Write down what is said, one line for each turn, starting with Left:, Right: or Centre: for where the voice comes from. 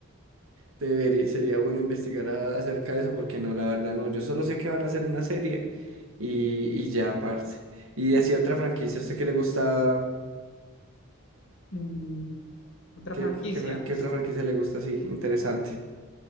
Right: Debería, sería bueno investigar a- acerca de eso, porque no, la verdad no. Yo solo sé que van a hacer una serie y, y ya, parce. Y así otra franquicia, ¿a usted qué le gusta?
Left: Mm, otra
Right: ¿Qué,
Left: franquicia.
Right: qué, fran- qué otra franquicia le gusta así? Interesante.